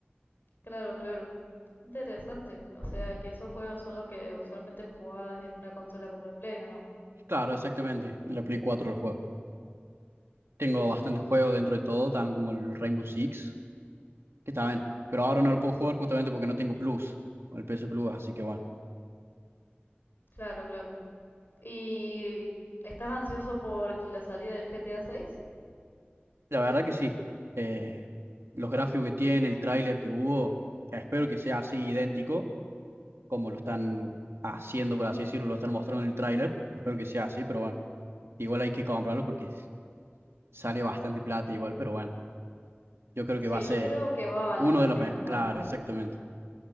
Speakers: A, on the left; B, on the right.
A: Claro, claro. Interesante. O sea, que esos juegos son los que usualmente jugabas en una consola como la Play, ¿o no?
B: Claro, exactamente. En la Play 4 el juego. Tengo bastante juego dentro de todo, también como el Rainbow Six, que está bien. Pero ahora no lo puedo jugar justamente porque no tengo Plus, o el PS Plus, así que bueno.
A: Claro, claro. ¿Y estás ansioso por la salida del GTA 6?
B: La verdad que sí. Eh, los gráficos que tiene, el tráiler que hubo, eh, espero que sea así idéntico como lo están haciendo, por así decirlo, lo están mostrando en el tráiler. Espero que sea así, pero bueno, igual hay que comprarlo porque sale bastante plata igual, pero bueno, yo creo
A: Sí,
B: que va a ser
A: yo creo que va a valer
B: uno
A: la
B: de
A: pena,
B: los mejores.
A: la
B: Claro,
A: verdad.
B: exactamente.